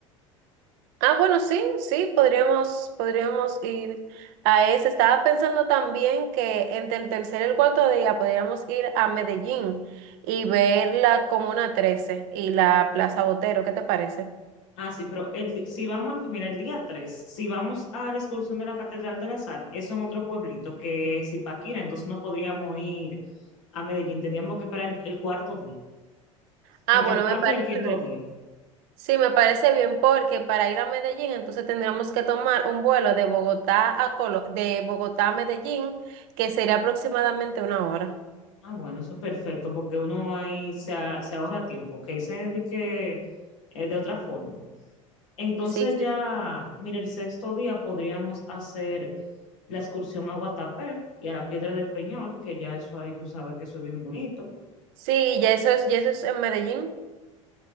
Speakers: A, on the right; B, on the left.
A: Ah, bueno, sí, sí, podríamos, podríamos ir a ese. Estaba pensando también que entre el tercer y el cuarto día podríamos ir a Medellín y ver la Comuna Trece y la Plaza Botero. ¿Qué te parece?
B: Ah, sí, pero el di- si vamos, al- mira, el día 3 si vamos a la excursión de la Catedral de la Sal, eso en otro pueblito que es Ipaquira, entonces no podríamos ir a Medellín, tendríamos que esperar el el cuarto día,
A: Ah,
B: entre
A: bueno,
B: el cuarto
A: me parece
B: y el quinto
A: bien.
B: día.
A: Sí, me parece bien porque para ir a Medellín entonces tendríamos que tomar un vuelo de Bogotá a Colo- de Bogotá a Medellín, que sería aproximadamente una hora.
B: Ah, bueno, eso es perfecto, porque uno ahí se, a- se ahorra tiempo, que dice de que eh, de otra forma. Entonces
A: Sí, sí.
B: ya, mira, el sexto día podríamos hacer la excursión a Guatapé y a la Piedra del Peñol, que ya eso ahí tú sabes que eso es bien bonito.
A: Sí, ya eso es, ya eso es en Medellín.